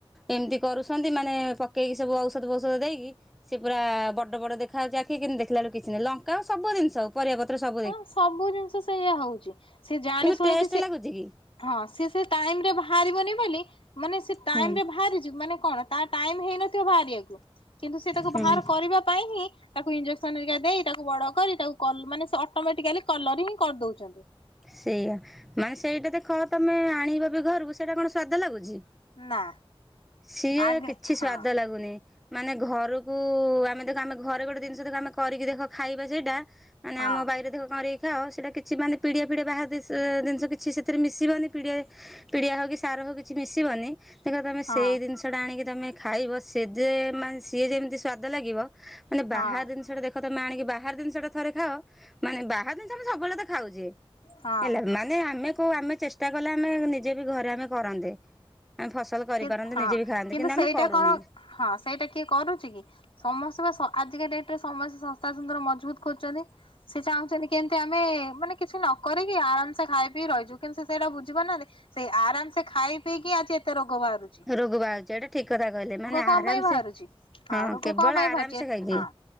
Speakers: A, in the centre; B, on the left (about 65°).
A: ଏମିତି କରୁଛନ୍ତି ମାନେ ପକେଇକି ସବୁ ଔଷଧ ଫୌଷଧ ଦେଇକି ସେ ପୁରା ବଡ ବଡ ଦେଖାଯାଉଛି ଆଖି କିି ଦେଖିଲା ବେଳୁ କିଛି ନାହିଁ ଲଙ୍କା ଆ ସବୁ ଜିନିଷ ପରିବା ପତ୍ର ସବ୍
B: ହଁ ସବୁ ଜିନିଷ ସେ ସେଇଆ ହଉଛି ସିଏ ଜାଣି
A: କିନ୍ତୁ
B: ଶୁଣିକି
A: ଟେଷ୍ଟ
B: ସି
A: ଲାଗୁଛି କି
B: ହଁ ସିଏ ସେ ଟାଇମ ରେ ବାହାରିବନି ବୋଲି ମାନେ ସେ ଟାଇମ
A: ହୁଁ
B: ରେ ବାହାରିଯି ମାନେ କଣ ତା ଟାଇମ ହେଇନଥିବ ବାହାରିବାକୁ କିନ୍ତୁ ସେ ତାକୁ
A: ହୁଁ
B: ବାହାର କରିବା ପାଇଁ ହିଁ ତାକୁ ଇଂଜେକ୍ସନ୍ ହେରିକା ଦେଇ ତାକୁ ବଡ କରି ତାକୁ କଲ୍ ମାନେ ସେ ଅଟ୍ ମେଟିକାଲି କଲର ହିଁ କରିଦଉଛନ୍ତି।
A: ସେଇଆା ମାନେ ସେଇଟା ଦେଖ ତମେ ଆଣିବ ବି ଘରକୁ ସେଇଟା କଣ ସ୍ଵାଦ ଲାଗୁଛି।
B: ନା
A: ସିଏ
B: ଆଗେ
A: କିଛି
B: ହଁ
A: ସ୍ଵାଦ ଲାଗୁନି। ମାନେ ଘରୁକୁ ଆମେ ଦେଖ ଆମେ ଘରେ ଗୋଟେ ଦିନଷ ଦେଖ ଆମେ କରିକି ଦେଖ ଖାଇବା ସେଇଟା ମାନେ
B: ହଁ
A: ଆମ ବାଇରେ ଦେଖ କରିକି ଖାଅ ସେଟା କିଛି ମାନେ ପିଡ଼ିଆ ଫିଡ଼ିଆ ବାହାର ଦିଷ ଅ ଦିନଷ କିଛି ସେଥିରେ ମିଶିବନି ପିଡ଼ିଆ ପିଡିଆ ହୋଉ କି ସାର ହୋଉ କିଛି ମିଶିବନି ଦେଖିବ ତମେ
B: ହଁ
A: ସେଇ ଦିନଷଟା ଆଣିକି ତମେ ଖାଇବ ସେ ଦେ ମାନେ ସିଏ ଯେମତି ସ୍ଵାଦ ଲାଗିବ ମାନେ
B: ହଁ
A: ବାହାର ଦିନଷଟା ଦେଖ ତମେ ଆଣିକି ବାହାର ଦିନଷଟା ଥରେ ଖାଅ ମାନେ ବାହାର ଦିନଷ ଆମେ ସବୁବେଳେ ତ ଖାଉଚେ
B: ହଁ।
A: ହେଲା ମାନେ ଆମେ କୋଉ ଆମେ ଚେଷ୍ଟା କଲେ ଆମେ ନିଜେ ବି ଘରେ ଆମେ କରନ୍ତେ। ଆମେ ଫସଲ କରିପାରନ୍ତେ
B: କି ହଁ
A: ନିଜେ ବି ଖାଆନ୍ତି କିନ୍ତୁ
B: ସେଇଟା
A: ଆମେ କରୁନେ।
B: କଣ ହଁ ସେଇଟା କିଏ କରୁଚି କି? ସମସ୍ତେ ପା ସ ଆଜିକା ଡେଟରେ ସମସ୍ତେ ସସ୍ତା ସୁନ୍ଦର ମଜବୁତ ଖୋଜୁଚନ୍ତି। ସେ ଚାହୁଁଚନ୍ତି କେମତି ଆମେ ମାନେ କିଛି ନ କରିକି ଆରାମ ସେ ଖାଇ ପିଇ ରହିଯିବୁ କିନ୍ତୁ ସେଇଟା ବୁଝି ପାରୁନାହାନ୍ତି ସେଇ ଆରାମ ସେ ଖାଇ ପିଇକି ଆଜି ଏତେ ରୋଗ ବାହାରୁ
A: ରୋଗ ବାହାରୁଚି ଏଇଟା ଠିକ କଥା କହିଲେ ମାନେ
B: କଣ
A: ଆରାମସେ
B: ପାଇଁ ବାହାରୁଛି?
A: ହଁ
B: ରୋଗ
A: କେବଳ
B: କଣ ପାଇଁ
A: ଆରାମସେ
B: ବାହାରୁଛି
A: ଖାଇକି
B: ହଁ